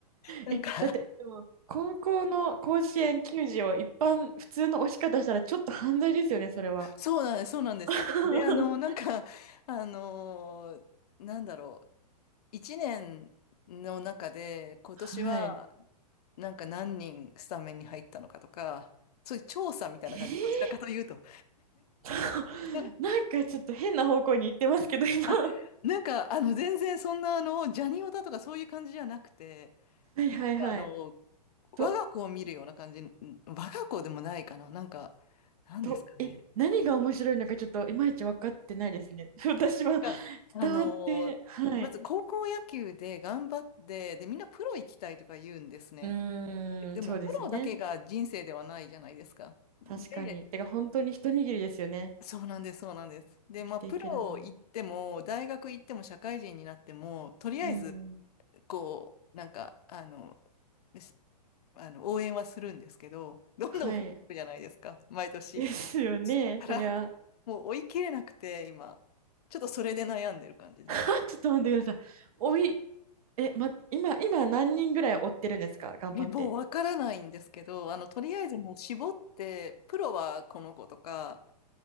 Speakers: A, on the left; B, on the right.
A: なんか、
B: え、だって、でも、高校の甲子園球児を一般、普通の押し方したらちょっと犯罪ですよね、それは。
A: そうなんです、そうなんです。
B: <laughs>
A: で、あの、なんか、あの、なんだろう。一年の中で今年は
B: はい。
A: なんか何人スタメンに入ったのかとか、そういう調査みたいな感じ、
B: え
A: どちらかというと。
B: ー、<laughs>
A: <laughs>
B: なんかちょっと変な方向に行ってますけど、今。
A: あ、
B: は
A: なんかあの全然そんなあのジャニオタとかそういう感じじゃなくて、
B: いはいはい。
A: なんかあの我が子を見るような感じ、
B: と、
A: ん我が子でもないかな、なんか、なんですかね。
B: と、え、何が面白いのかちょっといまいち分かってないですね。<laughs> 私は
A: があのーまず高校野球で頑張って、
B: 伝わって、はい。
A: で、みんなプロ行きたいとか言うんですね。
B: うーん、
A: でもプロだけが人生ではないじゃないですか。
B: そうですよね。
A: で、
B: 確かに。てか、本当に一握りですよね。
A: そうなんです、そうなんです。で、
B: 生きていけるのは。
A: まあ、プロ行っても、大学行っても、社会人になっても、とりあえず、
B: うん。
A: こう、なんか、あの、すあの応援はするんですけど、どんどん増えていくじゃないですか、
B: はい。
A: 毎年。
B: ですよね、
A: だから、
B: そりゃ。
A: もう追い切れなくて、今、ちょっとそれで悩んでる感じです。
B: <laughs> ちょっと待ってください。おい、え、ま、今、今何人ぐらい追ってるんですか頑張って。
A: え、もうわからないんですけど、あの、とりあえずもう絞って、プロはこの子とか、